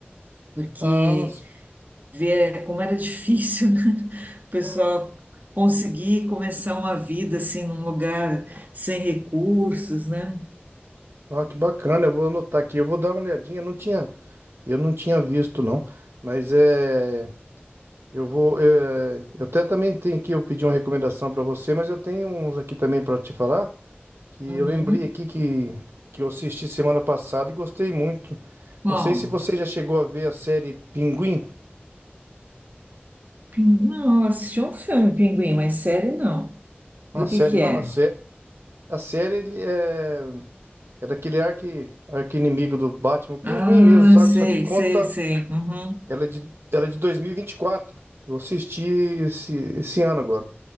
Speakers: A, on the right (about 45°); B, on the right (about 75°).
A: Porque
B: Ah, s-
A: ver como era difícil, né? <laughs> O pessoal conseguir começar uma vida assim num lugar sem recursos, né?
B: ah, que bacana, eu vou anotar aqui, eu vou dar uma olhadinha, eu não tinha, eu não tinha visto não, mas é, eu vou, é, eu até também tenho aqui, eu pedi uma recomendação para você, mas eu tenho uns aqui também para te falar, que eu
A: Uhum.
B: lembrei aqui que, que eu assisti semana passada e gostei muito,
A: Qual?
B: não sei se você já chegou a ver a série Pinguim,
A: Não, eu assisti um filme, Pinguim, mas série não.
B: a
A: Do
B: série
A: que que
B: não,
A: é?
B: a, sé, a série ele é, é daquele arqui, arqui-inimigo do Batman, Pinguim
A: Ah,
B: mesmo, sabe,
A: sei,
B: só que conta
A: sei, sei. Uhum.
B: Ela é de, ela é de dois mil e vinte e quatro Eu assisti esse, esse ano agora.